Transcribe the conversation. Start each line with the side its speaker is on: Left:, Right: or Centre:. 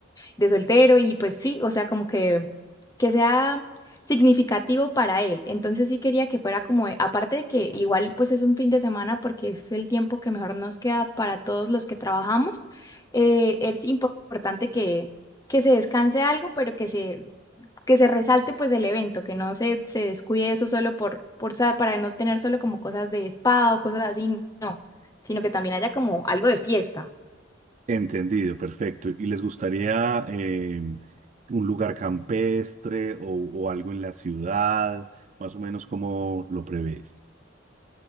Left: de soltero y pues sí, o sea, como que, que sea significativo para él. Entonces sí quería que fuera como, de- aparte de que igual pues es un fin de semana porque es el tiempo que mejor nos queda para todos los que trabajamos, eh, es importante que que se descanse algo, pero que se, que se resalte pues el evento, que no se, se descuide eso solo por, por, sa- para no tener solo como cosas de spa o cosas así, no, sino que también haya como algo de fiesta.
Right: Entendido, perfecto. ¿Y les gustaría eh, un lugar campestre o, o algo en la ciudad? Más o menos como lo prevés.